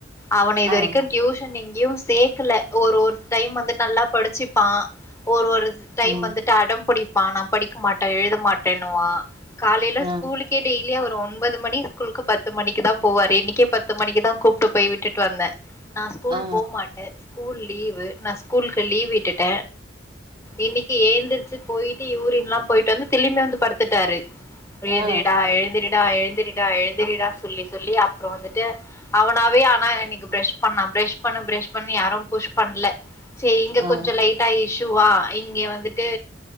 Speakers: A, on the left; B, on the right.
A: அவன இது
B: ஆ
A: வரைக்கு டியூஷன் எங் யு சேக்கல ஒரு ஒரு டைம் வந்து நல்லா படிச்சுப்பா ஒரு ஒரு டைம்
B: ம்
A: வந்துட்டு அடம் புடிப்பா நா படிக்க மாட்ட எழுத மாட்டன்னுவா காலைல
B: ஆ
A: ஸ்கூலுக் கே டெய்லி அவரு ஒன்பது பத்து மணி ஸ்கூலுக்கு பத்து மணிக்கு தா போவாரு இன்னிக்கே பத்து மணிக்கு தா கூப்ட்டு போய் விட்டுட்டு வந்த நா ஸ்கூல்
B: ஆ
A: போ மாட்ட ஸ்கூல் லீவு நா ஸ்கூலுக்கு லீவ் விட்டுட்ட இன்னிக்கு ஏந்திரிச்சி போயிட்டு யூரின்லா போயிட்டு வந்து திலிம்ப வந்து படுத்துட்டாரு எழுந்திரிடா
B: ஆ
A: எழுந்திரிடா எழுந்திரிடா எழுந்திரிடா சொல்லி சொல்லி அப்புறம் வந்துட்டு அவனாவே ஆனா இன்னிக்கு ப்ரஷ் பண்ணா ப்ரஷ் பண்ணு ப்ரஷ் பண்ணு யாரும் புஷ் பண்ல செரி இங்க
B: ஆ
A: கொஞ்சோ லைட்டா இஷூவா இங்க வந்துட்டு